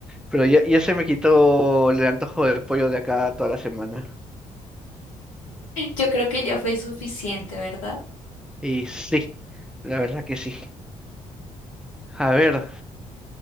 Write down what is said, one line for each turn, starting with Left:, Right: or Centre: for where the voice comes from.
Centre: Pero ya, ya se me quitó el antojo del pollo de acá toda la semana.
Left: Yo creo que ya fue suficiente, ¿verdad?
Centre: Y sí, la verdad que sí. A ver,